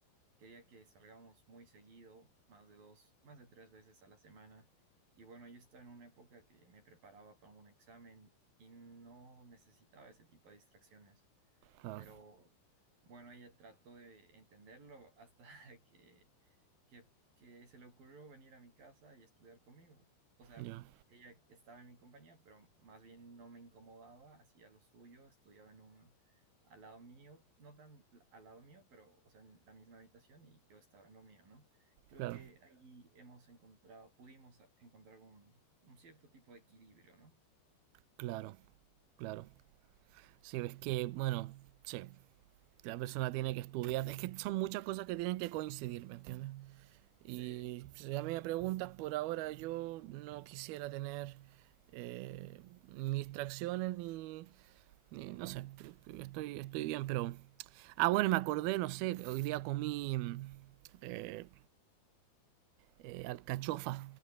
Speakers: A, on the right (about 50°); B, on the right (about 75°).
A: quería que salgamos muy seguido, más de dos, más de tres veces a la semana y bueno, yo estaba en una época que me preparaba para un examen y no necesitaba ese tipo de distracciones,
B: Ah,
A: pero bueno, ella trató de entenderlo hasta <laughs> que que, que se le ocurrió venir a mi casa y estudiar conmigo. O sea,
B: ya.
A: ella estaba en mi compañía, pero más bien no me incomodaba, hacía lo suyo, estudiaba en un, al lado mío, no tan al lado mío, pero, o sea, en la misma habitación y yo estaba en lo mío, ¿no? Creo
B: Claro,
A: que ahí hemos encontrado, pudimos encontrar un, un cierto tipo de equilibrio, ¿no?
B: claro, claro. Sí, es que, bueno, sí, la persona tiene que estudiar. Es que son muchas cosas que tienen que coincidir, ¿me entiendes?
A: Sí,
B: Y si a mí me preguntas, por ahora yo no quisiera tener eh, ni distracciones ni, ni- no sé, estoy, estoy bien, pero... Ah, bueno, me acordé, no sé, hoy día comí mm, eh, eh, alcachofas,